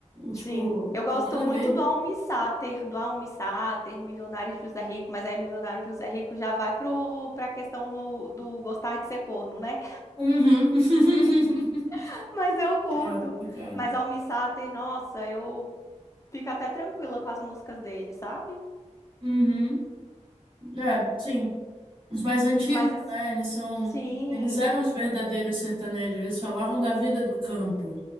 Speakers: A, on the right; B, on the left.
A: Tipo,
B: Sim.
A: não
B: Eu gosto
A: tem nada
B: muito
A: a ver.
B: do Almi Sater, do Almi Sater, Milionário de José Rico, mas aí Milionário José Rico já vai pro, pra questão do, do gostar de ser corno, né?
A: Uhum. <laughs>
B: <laughs> Mas eu curto.
A: Ah, complicado.
B: Mas Almi Sater, nossa, eu fico até tranquila com as músicas dele, sabe?
A: Uhum. É, sim. Os mais antigos,
B: Mas assim,
A: né? Eles são.
B: sim,
A: Eles eram os verdadeiros sertanejos. Eles falavam da vida do campo.